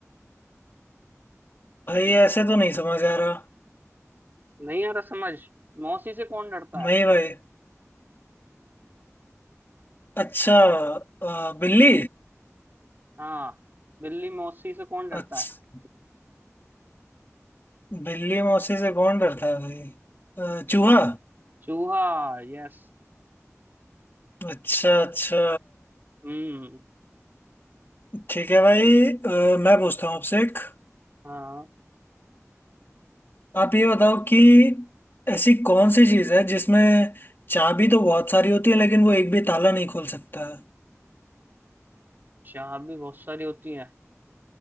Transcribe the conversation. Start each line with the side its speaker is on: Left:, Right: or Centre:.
Left: भाई ऐसे तो नहीं समझ आ रहा
Right: नहीं आ रहा समझ मौसी से कौन डरता
Left: नहीं
Right: है
Left: भाई अच्छा अ, बिल्ली
Right: हाँ बिल्ली मौसी से कौन डरता
Left: अच्छा
Right: है
Left: बिल्ली मौसी से कौन डरता है भाई अ, चूहा
Right: चूहा यस
Left: अच्छा अच्छा
Right: हम्म
Left: ठीक है भाई अ, मैं पूछता हूँ आपसे एक
Right: हाँ
Left: आप ये बताओ कि ऐसी कौन सी चीज़ है जिसमें चाबी तो बहुत सारी होती है लेकिन वो एक भी ताला नहीं खोल सकता है
Right: चाबी भी बहुत सारी होती है